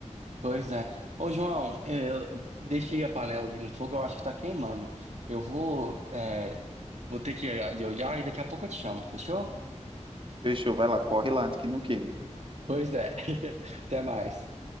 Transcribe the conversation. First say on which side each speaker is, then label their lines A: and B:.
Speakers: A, on the right; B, on the right.
A: Pois é. Ô, João, é, eu deixei a panela ali no fogo, eu acho que tá queimando. Eu vou, é, vou ter que ir ali olhar e daqui a pouco eu te chamo, fechou?
B: Fechou, vai lá, corre lá antes que não queime.
A: Pois é. <laughs> Até mais.